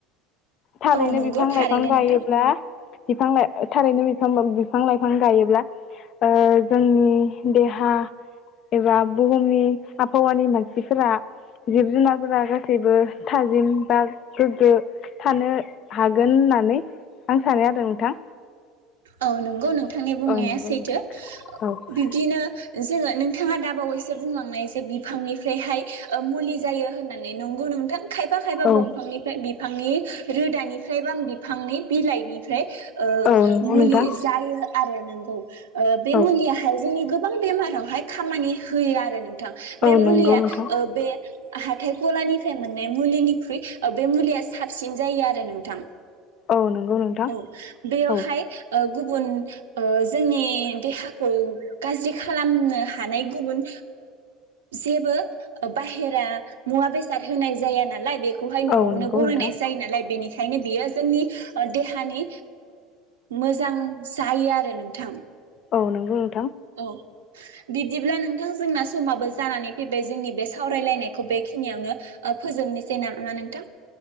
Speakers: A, on the left; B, on the right.
A: थालैनो
B: औ नंगौ
A: बिफां लाइफां
B: थारैनो
A: गायोब्ला
B: नोंथां
A: बिफां लाइफां थारैनो बिफां लाइफां गायोब्ला ओ जोंनि देहा एबा बुहुमनि आबहावानि मानसिफोरा जिब जुनारफोरा गासैबो थाजिम बा गोग्गो थानो हागोन होननानै आं सानो आरो नोंथां।
B: औ नंगौ नोंथांनि बुंनाया
A: औ नंगौ
B: सैथो।
A: नोंथां औ
B: बिदिनो जोङो नोंथाङा दाबावैसो बुंलांनाय जे बिफांनिफ्रायहाय मुलि जायो होननानै नंगौ नोंथां। खायफा खायफा
A: औ
B: दंफांनिफ्राय बि बिफांनि रोदानिफ्राय बा बिफांनि बिलाइनिफ्राय ओ
A: औ नंगौ
B: मुलि
A: नोंथां
B: जायो आरो नंगौ बे
A: औ
B: मुलियाहाय जोंनि गोबां बेमाराव बहाय खामानि होयो आरो नों नोंथां बे
A: औ
B: मुलिया
A: नंगौ नोंथां
B: ओ बे हाथाय गलानिफ्राय मोननाय मुलिनिख्रुइ बे मुलिया साबसिन जायो आरो नोंथां।
A: औ नंगौ नोंथां
B: औ बेयावहाय
A: औ
B: गुबुन जोंनि देहाखौ गाजि खालामनो हानाय गुबुन जेबो बाहेरा मुवा बेसाद होनाय जा नालाय बेखौ खौहाय न'आवनो
A: औ नंगौ
B: बनायनाय
A: नोंथां
B: जायो नालाय बेनिखायनो बियो जोंनि देहानि मोजां जायो आरो नोंथां।
A: औ नोंगौ।
B: औ बिदिब्ला नोंथां जोंना समाबो जानानै फैबाय जोंनि बे सावरायलायनायखौ बेखिनियावनो फोजोबनोसै नामा नोंथां?